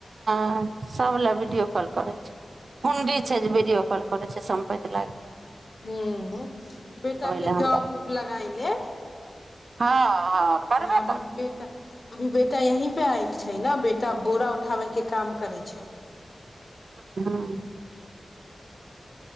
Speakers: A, on the right; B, on the left.
A: ह सब ले वीडियो कॉल करै छै हुंडी
B: हूँ
A: छै जे भीडियो कॉल करै छै पैत लागै
B: ह बेटा के
A: लए हमरा
B: जॉब उब लगाय ले
A: हँ हँ करबे
B: अभी
A: करतै
B: बेटा अभी बेटा यहीं पे आयल छै ने बेटा बोरा उठाबे के काम करै छै
A: हँ हँ